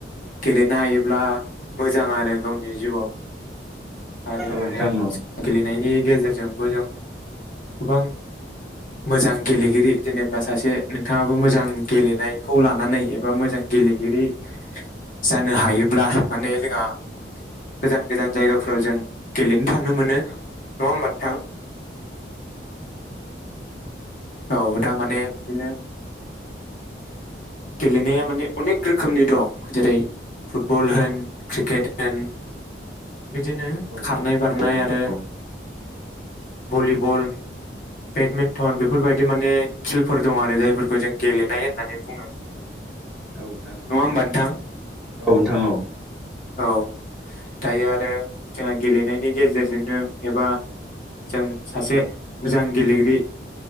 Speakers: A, on the left; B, in the centre.
A: गेलेनो हायोब्ला मोजां आरो गावनि जिउआव आरो
B: औ नोंथां
A: माने
B: औ
A: गेलेनायनि गेजेरजोंबो जों गोबां मोजां गेलेगिरि जेनेबा सासे नोंथाङाबो मोजां गेलेनायखौ लानानै एबा मोजां गेलेगिरि जानो हायोब्ला माने जोंहा गोजान गोजान जायगाफोराव जों गेलेनो थांनो मोनो नंङा होमबा थां औ दा माने बिदिनो गेलेनाया माने अनेक रोखोमनि दं जेरै फुटबल होन क्रिकेट होन बिदिनो
B: औ
A: खारनाय बारनाय
B: औ नोंथां
A: आरो
B: औ
A: ओ भलिबल बेडमिन्टन बेफोरबायदि माने खिलफोर दं आरो जायफोरखौ जों गेलेनाय होननानै बुङो
B: औ नोंथां
A: नङा
B: औ
A: होमबा नोंथां
B: औ नोंथां औ
A: औ दायो आरो जोंहा गेलेनायनि गेजेरजोंनो एबा जों सासे मोजां गेलेगिरि